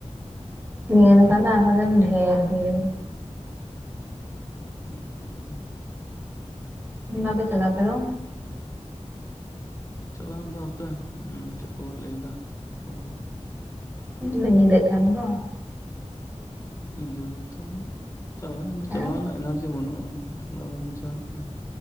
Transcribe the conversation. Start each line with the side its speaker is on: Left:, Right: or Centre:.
Right: ᱱᱤᱭᱟᱹ ᱡᱚᱠᱷᱟᱱ ᱫᱚ ᱟᱨᱦᱚᱸ ᱡᱮᱱ ᱰᱷᱮᱨ ᱜᱮ ᱾
Left: ᱩᱸ, ᱩᱸ ᱦᱩᱸ ᱾
Right: ᱵᱟᱯᱮ ᱪᱟᱞᱟᱜ-ᱟ ᱟᱯᱮ ᱫᱚ?
Left: ᱪᱟᱞᱟᱣ ᱫᱚ ᱦᱟᱯᱮ, ᱩᱸ ᱪᱮᱫ ᱠᱚ ᱞᱟᱹᱭ ᱮᱫᱟ ᱠᱚᱲᱟ ᱠᱚ ᱾
Right: <unintelligible> ᱧᱤᱫᱟᱹᱜ ᱠᱟᱱ ᱫᱚ ᱾
Left: ᱧᱤᱫᱟᱹ ᱜᱮᱛᱚ ᱪᱟᱞᱟᱜ
Right: ᱦᱮᱸ
Left: ᱪᱟᱞᱟᱣ ᱨᱮᱱᱟᱜ ᱮᱱᱟᱨᱡᱤ ᱵᱟᱹᱱᱩᱜ-ᱟ, ᱩᱱᱟᱹᱜ ᱾ ᱪᱟᱞᱟᱣ ᱵᱟᱝ ᱵᱩᱡᱷᱟᱹᱣ ᱟᱱᱤᱡ ᱠᱟᱱᱟ ᱾